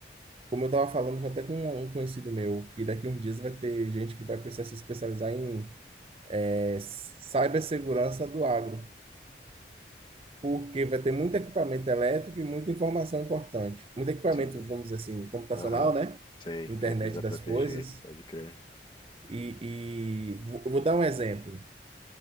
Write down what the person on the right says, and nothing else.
Como eu tava falando até com um um conhecido meu, que daqui a uns dias vai ter gente que vai precisar se especializar em é, cibersegurança do agro. Porque vai ter muito equipamento elétrico e muita informação importante. Muito equipamento,
vamos dizer assim, computacional,
né?
Internet
das
coisas.
E, e vou vou dar um exemplo.